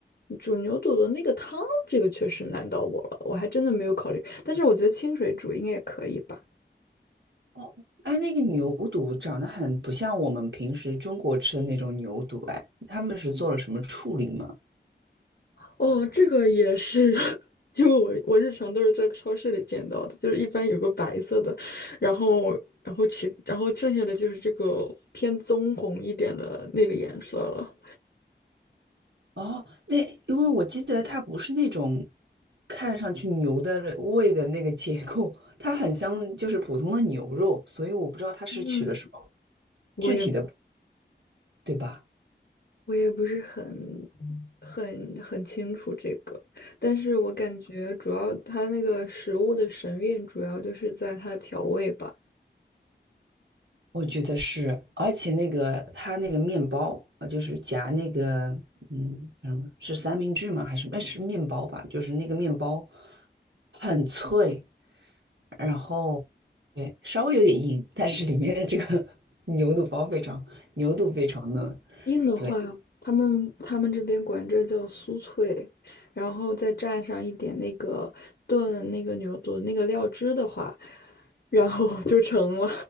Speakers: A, on the left; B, on the right.
A: 煮牛肚的那个汤，这个确实难到我了，我还真的没有考虑。但是我觉得清水煮应该也可以吧。
B: 哦，它那个牛肚长得很不像我们平时中国吃的那种牛肚，哎，他们是做了什么处理吗？
A: 哦，这个也是，<laughs> 因为我我日常都是在超市里见到的，就是一般有个白色的，然后然后其然后剩下的就是这个偏棕红一点的那个颜色了。
B: 哦，那因为我记得它不是那种看上去牛的胃的那个结构，它很像就是普通的牛肉，所以我不知道它是取了什么
A: 嗯，我也
B: 具体的，对吧？
A: 我也不是很很很清楚这个，但是我感觉主要它那个食物的神韵主要就是在它的调味吧。
B: 我觉得是，而且那个它那个面包啊，就是夹那个嗯叫什么是三明治吗？还是哎是面包吧？就是那个面包很脆，然后对稍微有点硬，但是里面的这个 <laughs> 牛肚包非常牛肚非常嫩。
A: 硬的话，
B: 对。
A: 他们他们这边管这叫酥脆，然后再蘸上一点那个炖那个牛肚那个料汁的话，然后 <laughs> 就成了，